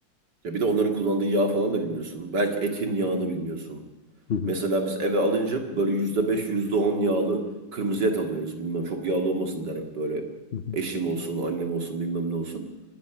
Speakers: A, on the right; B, on the left.
A: Ya bir de onların kullandığı yağ falan da bilmiyorsun. Belki etin yağını bilmiyorsun.
B: Hı hı,
A: Mesela biz eve alınca böyle yüzde beş, yüzde on yağlı kırmızı et alıyoruz. Bilmem çok yağlı olmasın der hep böyle.
B: hı hı.
A: Eşim olsun, annem olsun bilmem ne olsun.